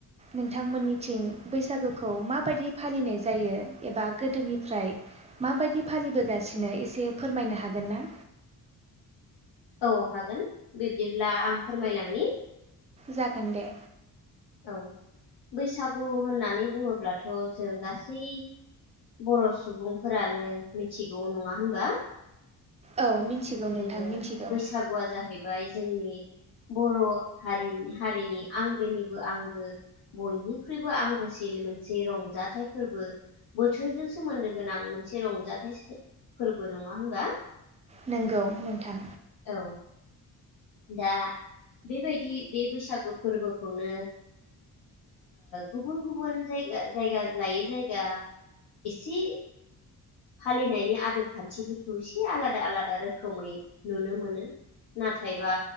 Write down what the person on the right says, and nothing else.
नोंथांमोननिथिं बैसागुखौ माबायदि फालिनाय जायो एबा गोदोनिफ्राय माबायदि फालिबोगासिनो एसे फोरमायनो हागोन ना
जागोन दे
औ मिथिगौ नोंथां
मिथिगौ
नोंंगौ नोंथां